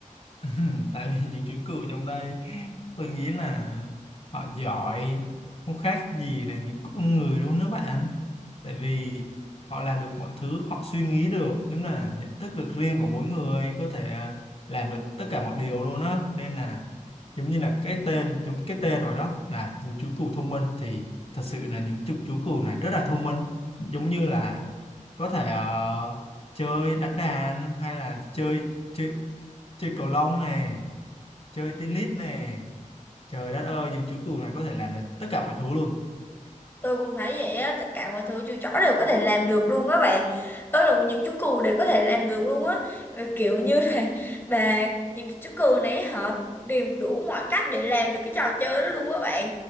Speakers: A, on the left (about 45°); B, on the left (about 15°).
A: <laughs> tại vì những chú cừu trong đây tôi nghĩ là họ giỏi không khác gì là những con người luôn đó bạn tại vì họ làm được mọi thứ họ suy nghĩ được giống như là nhận thức được riêng của mỗi người có thể à, làm được tất cả mọi điều luôn á nên là giống như là cái tên giống cái tên rồi đó là những chú cừu thông minh thì thật sự là những chú chú cừu này rất là thông minh giống như là có thể ờ, chơi đánh đàn hay là chơi chơi chơi cầu lông nè chơi tennis nè trời đất ơi những chú cừu này có thể làm được tất cả mọi thứ luôn
B: Tôi cũng thấy vậy á, tất cả mọi thứ chú chó đều có thể làm được luôn á bạn. Đó là những chú cừu đều có thể làm được luôn á. Ờ, Kiểu như là <laughs> bà những cái chú cừu này họ tìm đủ mọi cách để làm được cái trò chơi đó luôn á bạn.